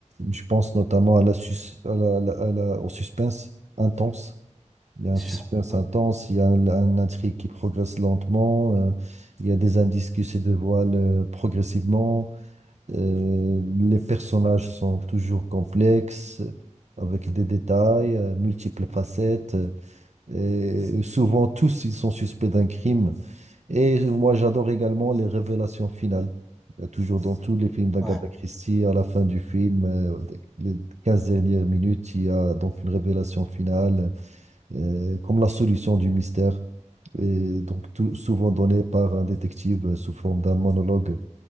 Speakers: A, on the right; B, in the centre.
A: je pense notamment à la sus- à la- à la- à la- au suspense intense. Il y a
B: C'est
A: un suspense
B: ça. Ouais.
A: intense, il y a un, un intrigue qui progresse lentement, euh, il y a des indices qui se dévoilent euh, progressivement. Euh, les personnages sont toujours complexes, avec des détails, euh, multiples facettes, euh, et souvent tous ils sont suspects d'un crime. Et moi j'adore également les révélations finales. Il y a toujours dans tous les films d'Agatha
B: Ouais.
A: Christie, à la fin du film, euh, les 15 dernières minutes, il y a donc une révélation finale, euh, comme la solution du mystère. Et donc tout, souvent donnée par un détective euh, sous forme d'un monologue.